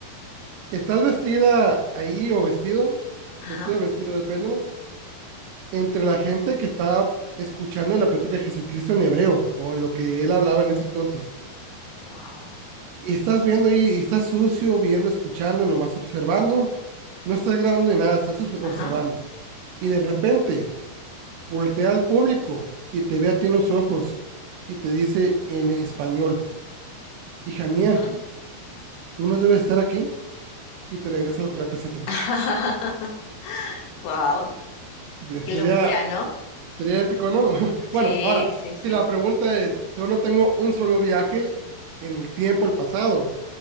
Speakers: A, on the right; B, on the left.
A: estás vestida ahí o vestido,
B: Ajá.
A: vestido, vestido, depende, ¿no? Entre la gente que está escuchando la plática de Jesucristo en hebreo o en lo que él hablaba en ese entonces.
B: Wow.
A: Y estás viendo ahí, y estás sucio, viendo, escuchando, nomás observando. No estás grabando ni nada, estás obs-
B: Ajá.
A: observando. Y de repente voltea al público y te ve a ti en los ojos y te dice en español, hija mía,
B: Ujú.
A: tú no debes estar aquí. Y te regresa al, al presente. Trax.
B: <laughs> Wow.
A: <laughs>
B: Qué
A: Sería
B: locura, ¿no?
A: Sería épico, ¿no? <laughs>
B: Sí,
A: Bueno, ahora,
B: sí, sí.
A: si la pregunta es, solo tengo un solo viaje en el tiempo, el pasado,